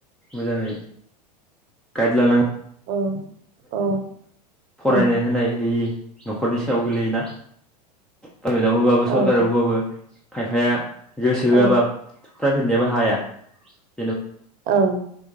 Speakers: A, in the centre; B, on the right.
A: मोजाङै गाइड लानांगौ
B: औ औ
A: फरायनाय
B: औ
A: होनाय होयि न'खरनि सायाव गोलैयोना प्राइभेटआव होबाबो
B: औ
A: सरकारियाव होबाबो खायफाया गोसो
B: औ
A: होआबा प्राइभेटनियाबो हाया <inaudible>
B: ओं